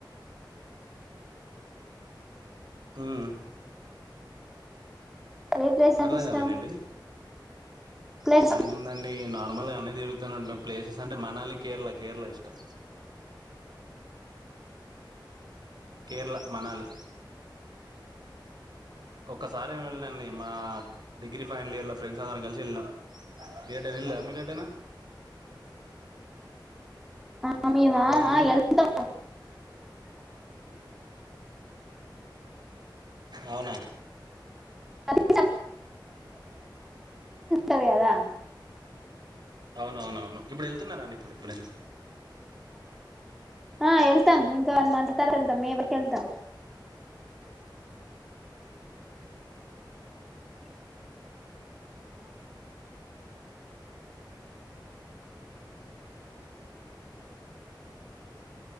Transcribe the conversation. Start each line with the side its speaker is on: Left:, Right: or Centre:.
Right: ఉమ్
Centre: ఏ ప్లేస్ అంటె
Right: అర్థం
Centre: ఇష్టం
Right: కాలండి ఏంటిది
Centre: ప్లేస్
Right: ఏముందండి నార్మల్గ అన్న తిరుగుతూనే ఉంటాం ప్లేసెస్ అంటే మనలి కేరళ కేరళ ఇష్టం కేర్ళ మనాలి ఒక్కసారి ఏమి వెళ్ళినండి మా డిగ్రీ ఫైనల్ ఇయర్లో ఫ్రెండ్స్ అందరం కలిసి వెళ్ళినాం మీరేట్యినా వెళ్ళా మీరే టైనా
Centre: మమీవ
Right: ఉమ్,
Centre: అ ఎంత <inaudible>
Right: అవున
Centre: <inaudible> అంటె కదా
Right: అవునవునవును ఇప్పుడు వెళ్తున్నారండి ఇప్పుడిప్పుడె
Centre: అ వెళ్తాం ఇంక వన్ మంత్ తరత వెళ్తాం మేవకి వెళ్తాం